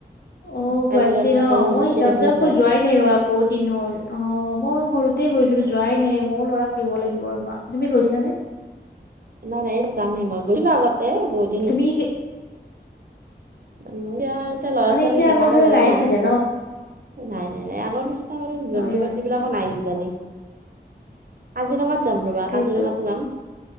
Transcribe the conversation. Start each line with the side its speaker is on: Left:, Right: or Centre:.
Left: অহ'
Right: কাজিৰঙাত
Left: গুৱাহাটীতে ন
Right: আৰু
Left: মই
Right: চিৰিয়াখানাত
Left: যাম যাম কৈ যোৱাই নাই ৰ'বা। বহুত দিন হল অ মই সৰুতে গৈছিলো যোৱাই নাই মোৰ ল'ৰা। <unintelligible> তুমি গৈছা নে?
Right: নাই, নাই এইটো যামহে মই গৈছিলো আগতে বহুত দিন হ'ল।
Left: তুমি কি
Right: উম' এতিয়া এতিয়া ল'ৰা
Left: মানে
Right: ছোৱালীক
Left: এতিয়া
Right: দেখাব
Left: আগৰ দৰে
Right: লাগে
Left: নাইয়ে
Right: ন।
Left: চাগে
Right: নাই নাই নাই আগৰ নিচিনা বাৰু
Left: হয়,
Right: জন্তু
Left: হয়,
Right: পাতি বিলাকো
Left: হয়,
Right: নাই কিজানি কাজিৰঙাত। যাম ৰ'বা
Left: তাকেইতো।
Right: কাজিৰঙাতো যাম